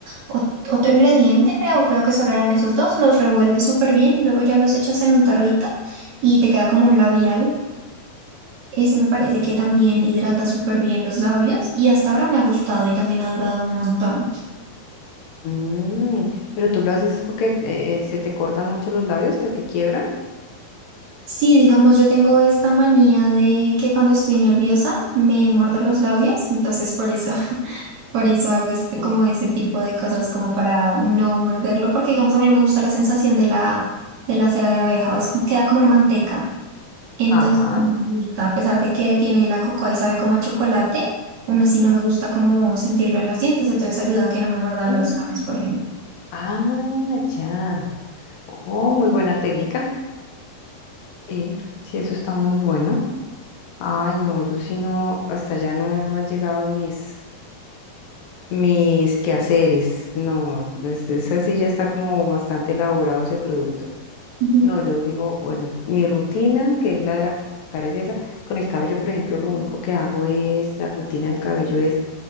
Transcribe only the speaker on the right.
ot- otro ingrediente, creo, creo que solo eran esos dos. Los revuelves súper bien y luego ya los echas en un tarrito y te queda como un labial. Ese me parece que también hidrata súper bien los labios y hasta ahora me ha gustado y también ha durado un montón.
Sí, digamos, yo tengo esta manía de que cuando estoy nerviosa me muerdo los labios, entonces por eso, <laughs> por eso hago este,
como ese tipo de cosas como para no morderlo, porque digamos a mí no me gusta la sensación de la, de la cera de abeja, es como queda como una manteca. Entonces,
no me gusta, a pesar de que tiene la cocoa y sabe como a chocolate, aún así no me gusta como sentirlo en los dientes, entonces ayuda a que no me muerda
los labios, por ejemplo.
Ujú.